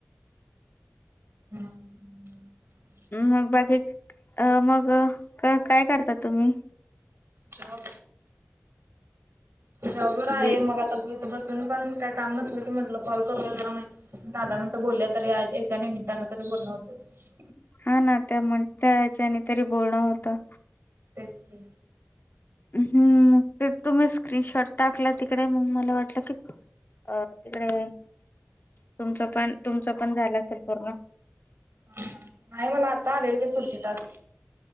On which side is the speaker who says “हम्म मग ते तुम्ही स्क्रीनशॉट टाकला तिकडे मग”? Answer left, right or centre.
Left